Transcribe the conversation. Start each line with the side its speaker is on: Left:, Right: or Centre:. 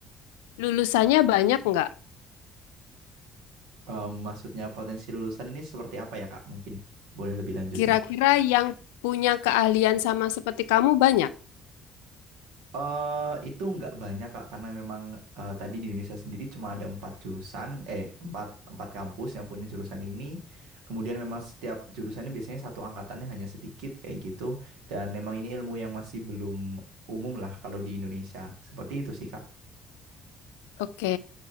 Left: lulusannya banyak nggak?
Right: Eh, maksudnya potensi lulusan ini seperti apa ya Kak? Mungkin boleh lebih lanjutnya.
Left: Kira-kira yang punya keahlian sama seperti kamu banyak?
Right: Eh, itu nggak banyak Kak, karena memang eh, tadi di Indonesia sendiri cuma ada empat jurusan, eh empat empat kampus yang punya jurusan ini. Kemudian memang setiap jurusannya biasanya satu angkatannya hanya sedikit kayak gitu. Dan memang ini ilmu yang masih belum umum lah kalau di Indonesia. Seperti itu sih Kak.
Left: Oke,